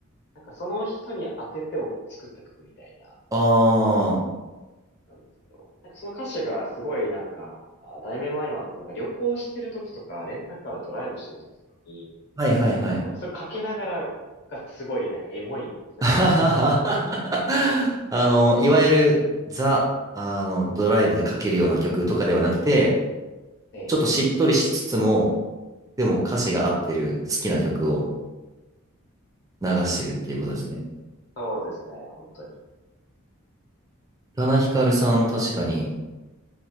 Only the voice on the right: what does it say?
ああ、は
いはいはい。
<laughs>
あの、いわゆるザ、あの、ドライブでかけるような曲とかではなくて、
ちょっとしっとりしつつも、でも歌詞が合ってる好きな曲を流してるっていうことですね。
宇多田ヒカルさん確かに